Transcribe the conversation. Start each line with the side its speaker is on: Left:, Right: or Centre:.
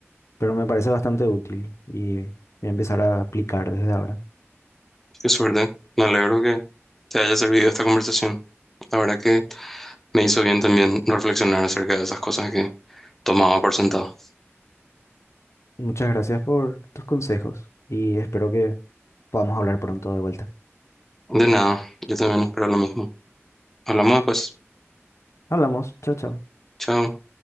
Left: Pero me parece bastante útil y voy a empezar a aplicar desde ahora.
Centre: Qué suerte. Me alegro que te haya servido esta conversación. La verdad que me hizo bien también reflexionar acerca de esas cosas que tomaba por sentado.
Left: Muchas gracias por tus consejos y espero que podamos hablar pronto de vuelta.
Centre: De nada, yo también espero lo mismo. Hablamos después.
Left: Hablamos. Chao, chao.
Centre: Chao.